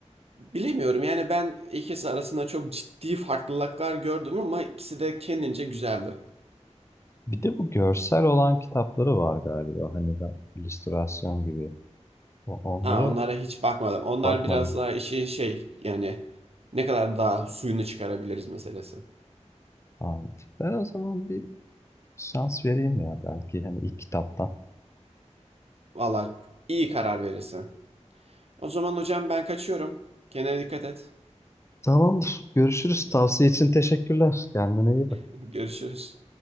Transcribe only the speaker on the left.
Bir de bu görsel olan kitapları var galiba. Hani de illüstrasyon gibi. O- Onları
bakmadım.
Anladım. Ben o zaman bir şans vereyim ya belki hani ilk kitaptan.
Tamamdır. Görüşürüz. Tavsiye için teşekkürler. Kendine iyi bak.